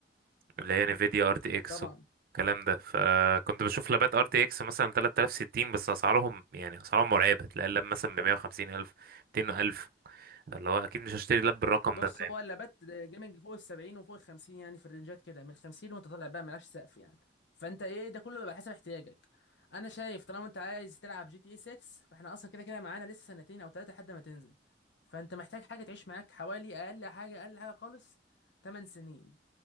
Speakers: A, on the right (about 55°); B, on the left (about 90°).
A: اللي هي نيفيديا ار تي اكس
B: طبعا
A: والكلام ده فكنت بشوف لابات ار تي اكس مثلا 3060 بس اسعارهم يعني اسعارهم مرعبه تلاقي اللاب مثلا ب 150000 الف 200000 اللي هو اكيد مش هشتري لاب بالرقم
B: بص
A: ده فاهم
B: هو اللابات جيمنج فوق ال 70 وفوق ال 50 يعني في الرينجات كده من 50 وانت طالع بقى ملهاش سقف يعني فانت ايه ده كله بيبقى حسب احتياجك انا شايف طالما انت عايز تلعب جي تي اي 6 فاحنا اصلا كده كده معانا لسه سنتين او ثلاثه لحد ما تنزل فانت محتاج حاجه تعيش معاك حوالي اقل حاجه اقل حاجه خالص 8 سنين